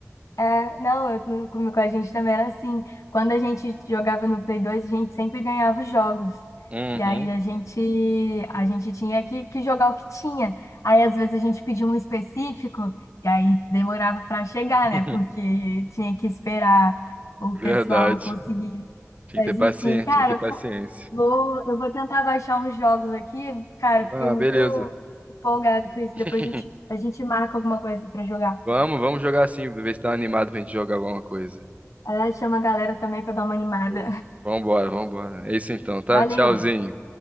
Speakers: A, on the left (about 80°); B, on the right (about 25°).
A: É, não, eu, no- com, com a gente também era assim. Quando a gente jogava no Play 2, a gente sempre ganhava os jogos.
B: Uhum.
A: E aí a gente, a gente tinha que, que jogar o que tinha. Aí às vezes a gente pedia um específico e aí demorava para chegar,
B: <laughs>
A: né? Porque tinha que esperar o
B: Verdade.
A: pessoal conseguir.
B: Tinha
A: Mas
B: que ter paciência,
A: enfim, cara,
B: tinha que ter
A: eu
B: paciência.
A: fo- vou, eu vou tentar baixar uns jogos aqui. Cara, eu fiquei
B: Ah,
A: muito
B: beleza.
A: empolgada com isso. Depois
B: <laughs>
A: a gente, a gente marca alguma coisa para jogar.
B: Vamos, vamos jogar assim, ver se tá animado pra gente jogar alguma coisa.
A: Ah, chama a galera também pra dar uma animada.
B: Show. Vambora, vambora. É isso então, tá?
A: Valeu!
B: Tchauzinho.